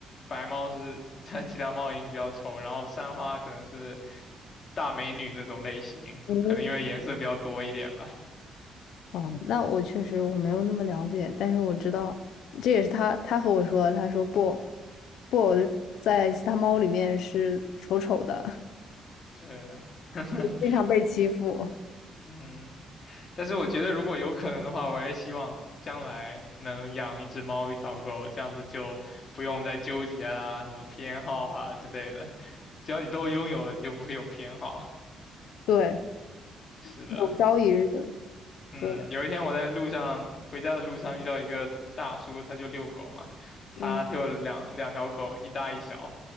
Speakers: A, on the left; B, on the left.
A: 白猫是在其他猫眼里比较丑，然后三花可能是大美女那种类型，
B: 哦
A: 可能因为颜色比较多一点吧。
B: 哦，那我确实我没有那么了解，但是我知道，这也是他他和我说的，他说布偶布偶在其他猫里面是丑丑的，
A: 对，
B: <laughs>
A: <laughs>
B: 经常被欺负，
A: 嗯，但是我觉得如果有可能的话，我还是希望将来能养一只猫一条狗，这样子就不用再纠结啦，什么偏好啊之类的，只要你都拥有了，你就不会有偏好。
B: 对，
A: 是的。
B: 有朝一日，
A: 嗯，
B: 对，
A: 有一天我在路上回家的路上遇到一个大叔，他就遛狗嘛，
B: 嗯，
A: 他就两两条狗，一大一小，